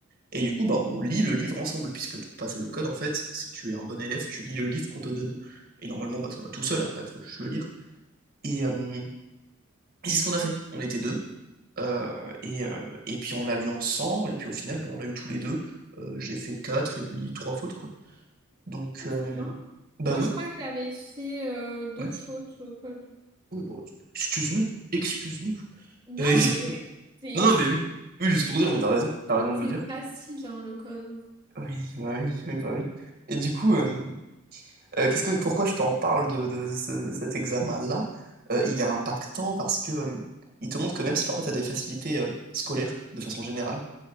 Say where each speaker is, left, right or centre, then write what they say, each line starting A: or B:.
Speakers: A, on the right; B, on the right.
A: Et du coup, bah, on lit le livre ensemble, puisque pour passer le code, en fait, si tu es un bon élève, tu lis le livre qu'on te donne. Et normalement, bah, ça va tout seul après, faut juste le lire. Et, euh, et c'est ce qu'on a fait. On était deux. Euh, et, euh, et puis on l'a lu ensemble, et puis au final, bon, on l'a eu tous les deux. Euh, j'ai fait quatre et lui trois fautes, quoi. Donc,
B: Ouais,
A: euh,
B: c'est bien.
A: bah
B: Moi,
A: ouais,
B: je crois que j'avais fait euh, deux
A: ouais.
B: fautes au code.
A: Oui, bon, excuse-nous, excuse-nous.
B: Non,
A: Euh,
B: mais c'est
A: Non, non, mais oui. Oui, juste pour dire, mais t'as raison. T'as raison
B: c'est
A: de le dire.
B: facile, hein, le code.
A: Oui, bah oui, oui, bah oui. Et du coup, euh, euh, qu'est-ce que, pourquoi je t'en parle de, de ce- cet examen-là? Euh, il est impactant parce que euh, il te montre que même si parfois t'as des facilités euh, scolaires, de façon générale,